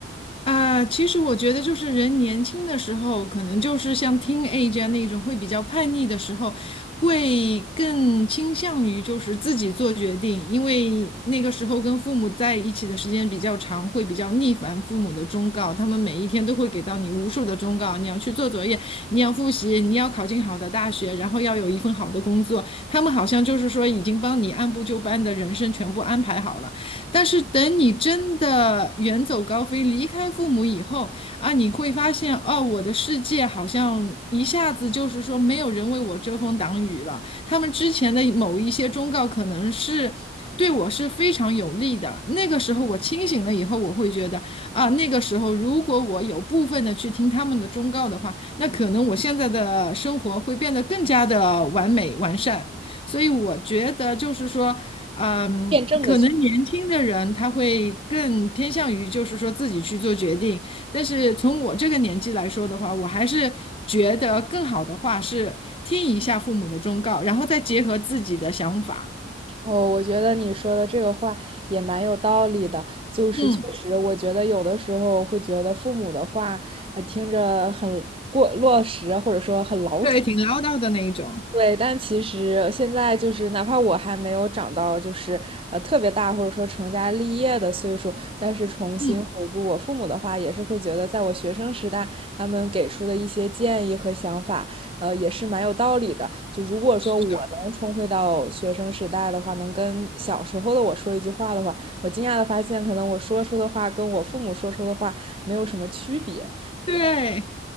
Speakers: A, on the left; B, on the right.
A: 啊，其实我觉得就是人年轻的时候，可能就是像 teenage 啊那种会比较叛逆的时候，会更倾向于就是自己做决定，因为那个时候跟父母在一起的时间比较长，会比较逆反父母的忠告，他们每一天都会给到你无数的忠告，你要去做作业，你要复习，你要考进好的大学，然后要有一份好的工作，他们好像就是说已经帮你按部就班的人生全部安排好了。但是等你真的远走高飞，离开父母以后啊，你会发现，哦，我的世界好像一下子就是说没有人为我遮风挡雨了。他们之前的某一些忠告，可能是对我是非常有利的。那个时候我清醒了以后，我会觉得啊，那个时候如果我有部分的去听他们的忠告的话，那可能我现在的生活会变得更加的完美完善。所以我觉得就是说，嗯，
B: 辩证的去
A: 可能年轻的人他会更偏向于就是说自己去做决定，但是从我这个年纪来说的话，我还是觉得更好的话是听一下父母的忠告，然后再结合自己的想法。
B: 哦，我觉得你说的这个话也蛮有道理的。就是确实，
A: 嗯，
B: 我觉得有的时候会觉得父母的话，呃，听着很过落实，或者说很老土。
A: 对，挺唠叨的那一种。
B: 对，但其实现在就是，哪怕我还没有长到就是呃特别大，或者说成家立业的岁数，但是重新回顾我父母的话，
A: 嗯，
B: 也是会觉得，在我学生时代，他们给出的一些建议和想法，呃，也是蛮有道理的。就如果说我能重回到学生时代的话，
A: 是的，
B: 能跟小时候的我说一句话的话，我惊讶的发现，可能我说出的话跟我父母说出的话没有什么区别，
A: 对。